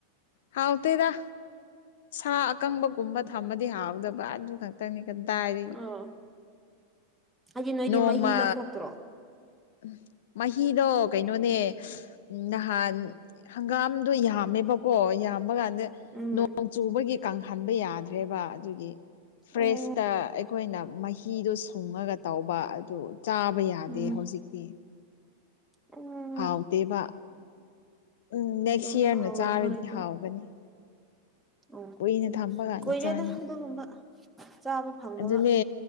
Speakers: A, on the left; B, in the centre.
A: ꯍꯥꯎꯇꯦꯗ ꯁꯥ ꯑꯀꯪꯕ ꯒꯨꯝꯕ ꯊꯝꯃꯗꯤ ꯍꯥꯎꯗꯧꯕ ꯑꯗꯨ ꯇꯪꯗꯤ ꯀꯥꯗꯥꯏꯗꯒꯤ
B: ꯑꯥ ꯍꯥꯏꯗꯤ ꯅꯣꯏꯗꯤ
A: ꯅꯣꯡꯃ
B: ꯃꯍꯤ ꯂꯧꯊꯣꯛꯇ꯭ꯔꯣ
A: ꯎꯝ ꯃꯍꯤꯗꯣ ꯀꯩꯅꯣꯅꯦ ꯎꯝ ꯅꯍꯥꯟ ꯍꯪꯒꯥꯝꯗꯣ ꯌꯥꯝꯃꯦꯕꯀꯣ ꯌꯥꯝꯕ ꯀꯥꯟꯗ
B: ꯎꯝ
A: ꯅꯣꯡꯆꯨꯕꯒꯤ ꯀꯪꯍꯟꯕ ꯌꯥꯗ꯭ꯔꯦꯕ ꯑꯗꯨꯒꯤ ꯐ꯭ꯔꯦꯁꯇ
B: ꯑꯣ
A: ꯑꯩꯈꯣꯏꯅ ꯃꯍꯤꯗꯣ ꯁꯨꯡꯉꯒ ꯇꯧꯕ ꯑꯗꯨ ꯆꯥꯕ ꯌꯥꯗꯦ
B: ꯎꯝ
A: ꯍꯧꯖꯤꯛꯇꯤ
B: ꯎꯝ
A: ꯍꯥꯎꯇꯦꯕ ꯎꯝ ꯅꯦꯛꯁ
B: ꯑꯗꯨ
A: ꯏꯌꯥꯔꯅ
B: ꯍꯥꯎꯔꯝꯃꯔꯣꯏ
A: ꯆꯥꯔꯗꯤ
B: ꯑꯗꯨ
A: ꯍꯥꯎꯒꯅꯤ
B: ꯎꯝ
A: ꯀꯨꯏꯅ ꯊꯝꯕ ꯀꯥꯟꯗ
B: ꯀꯨꯏꯔꯦꯗ
A: ꯆꯥꯅꯤꯉꯥꯏ
B: ꯑꯗꯨꯒꯨꯝꯕ ꯆꯥꯕ ꯐꯪꯗꯕ
A: ꯑꯗꯨꯅꯦ